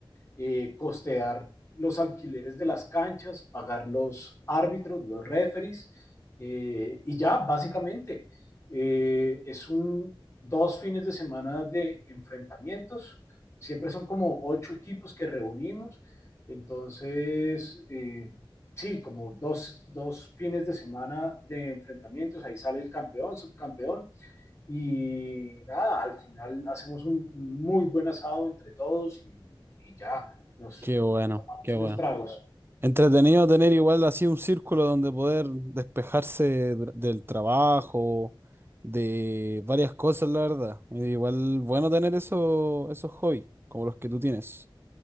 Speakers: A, on the left (about 30°); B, on the right (about 25°).
A: eh, costear los alquileres de las canchas, pagar los árbitros, los referees eh, y ya, básicamente. Eh, es un dos fines de semana de enfrentamientos. Siempre son como ocho equipos que reunimos entonces, eh, sí, como dos, dos, fines de semana de enfrentamientos, ahí sale el campeón, subcampeón, y nada, al final hacemos un muy buen asado entre todos y, y ya, nos
B: Qué bueno,
A: tomamos
B: qué bueno.
A: unos tragos.
B: Entretenido tener igual así un círculo donde poder despejarse dur- del trabajo, de varias cosas, la verdad. Y Igual bueno tener eso, esos hobbies, como los que tú tienes.